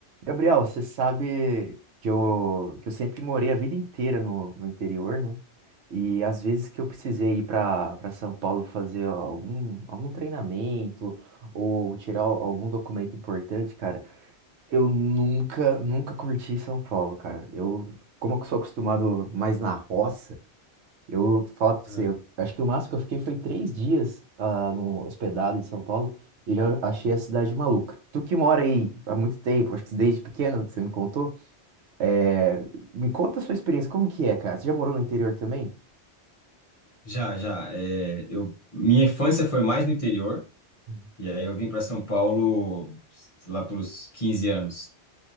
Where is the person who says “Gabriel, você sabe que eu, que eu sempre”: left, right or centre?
Right